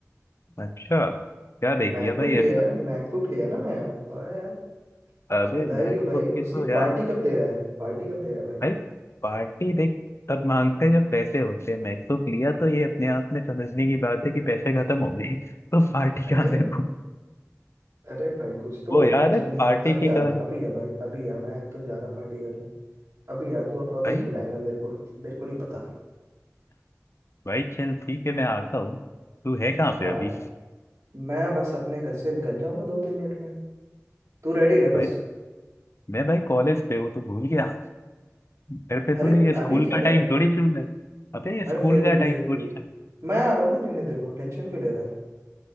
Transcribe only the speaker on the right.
मैकबुक
लिया
है ना मैकबुक लिया है ना नया वाह यार
बधाई
हो भाई
उसकी
पार्टी कब दे रहा है पार्टी कब दे रहा है भाई
अरे
अरे भाई कुछ तो
होगा
ना चल
नीचे
अभी
आ
अभी आ भाई अभी आ मैं तो जा रहा पार्टी करने अभी आ तू अब अभी
खिलाएगा मेरे को मेरे को नहीं पता
हाँ
मैं बस अपने घर से निकल जाऊंगा दो तीन मिनट में तू रेडी रह
बस
अरे
अभी क्या
कर
रहा है
अरे
फिर भी
फिर
भी
मैं आ रहा हूँ ना लेने तेरे को टेंशन क्यों ले रहा है